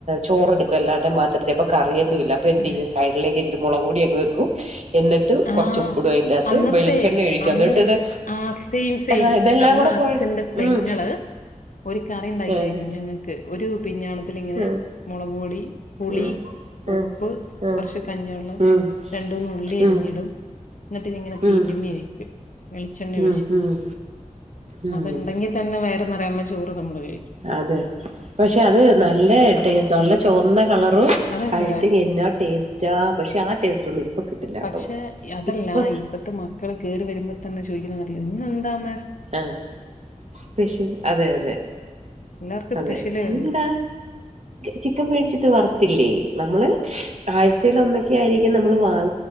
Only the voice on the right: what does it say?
ചോറെടുക്കും എല്ലാരുടെ മാ <unintelligible>
മുളക്കൊടി അങ്ങ് വെക്കും എന്നിട്ട് കുറച്ച്
ഉപ്പിടും അതിന്റകത്ത്
വെളിച്ചെണ്ണ ഒഴിക്കും
എന്നിട്ട് ഇത്
ആഹാ ഇതെല്ലാം
കൂടെ
കൊഴ
ഉം
ഏഹ്
ഉം
ഉം ഉം
ഉം
ഉം
ഉം
ഉം
ഉം
ഉം ഉം
അതെ പക്ഷെ അത് നല്ല ടേസ്റ്റ്
നല്ല ചുവന്ന കളറ
കഴിച്ചന്ന ടേസ്റ്റ പക്ഷെ <unintelligible> കിട്ടില്ലാട്ടോ
ഇപ്പൊ
ആ സ്പെഷ്യൽ അതെ അതെ
അതെെന്താ
ചിക്കൻ മേടിച്ചിട്ട് വറത്ത <inaudible> നമ്മള് ആഴ്ചൽൊന്ന ഒക്ക ആയിരിക്കും നമ്മൾ വാങ്ങ